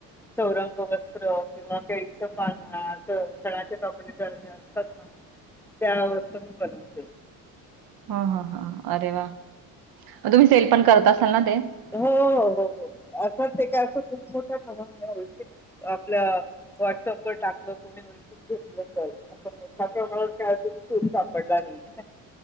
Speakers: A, in the centre; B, on the right.
A: चौरंग वस्त्र किंवा केळीचं पान म्हणा असं खणाच्या कापडी असतात त्या वस्तू मी बनव
B: ह ह ह अरे वा मग तुम्ही सेल पण करत असाल ना ते? हं.
A: हो हो हो हो असं ते काय असं खूप मोठ्या प्रमाण नाही ओळखीत आपल्या व्हॉट्सअप वर टाकलं कोणी ओळखीत घेतलं तर अस मोठ्या प्रमाणावर काय अजून सूर सापडला नाहीये